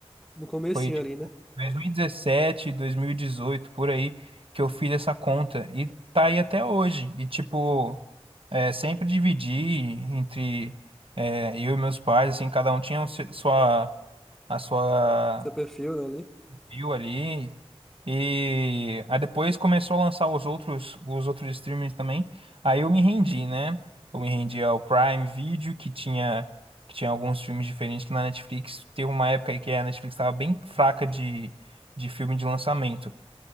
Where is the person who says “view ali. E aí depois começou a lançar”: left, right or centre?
Right